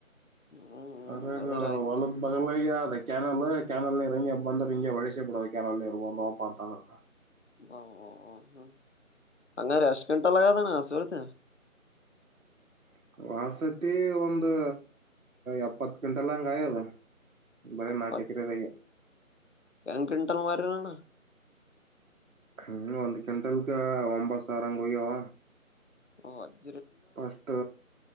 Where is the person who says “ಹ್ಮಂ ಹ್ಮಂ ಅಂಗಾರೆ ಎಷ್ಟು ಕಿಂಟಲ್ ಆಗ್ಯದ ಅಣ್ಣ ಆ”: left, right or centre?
Left